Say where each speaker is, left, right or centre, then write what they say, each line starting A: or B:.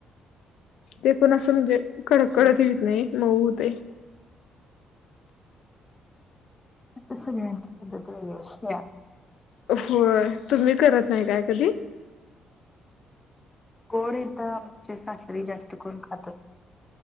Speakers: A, on the left; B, on the left.
A: ते पण असं म्हणजे कडक
B: हम्म
A: कडत येत नाही मऊ होतंय.
B: इथं सगळ्यांची पद्धती वेगळी ये.
A: होय तुम्ही करत नाही काय कधी?
B: गोड इथ आमच्या सासरी जास्त करून खात